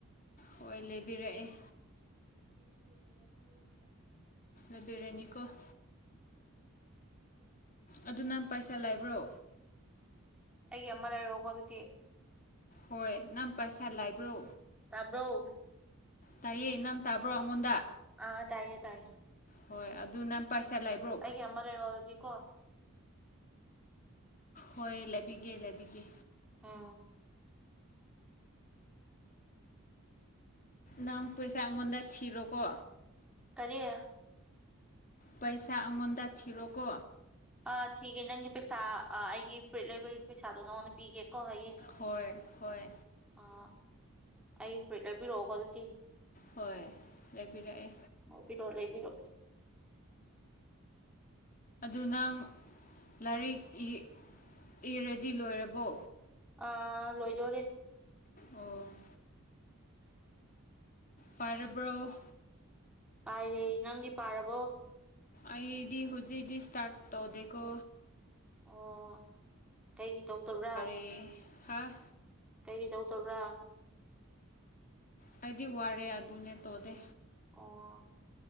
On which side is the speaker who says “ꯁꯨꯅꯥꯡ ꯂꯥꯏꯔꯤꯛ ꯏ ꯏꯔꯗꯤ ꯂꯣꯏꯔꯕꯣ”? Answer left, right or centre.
Left